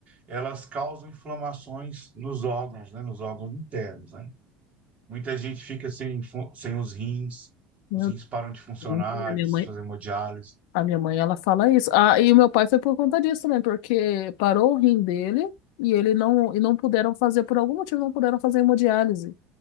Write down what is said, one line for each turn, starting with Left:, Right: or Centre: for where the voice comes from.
Right: elas causam inflamações nos órgãos, né, nos órgãos internos, né? Muita gente fica sem, fu- sem os rins,
Left: meu
Right: os rins param de funcionar,
Left: Deus, a minha
Right: precisa
Left: mãe,
Right: fazer hemodiálise,
Left: a minha mãe, ela fala isso. Ah, e o meu pai foi por conta disso também, porque parou o rim dele e ele não, e não puderam fazer, por algum motivo, não puderam fazer hemodiálise.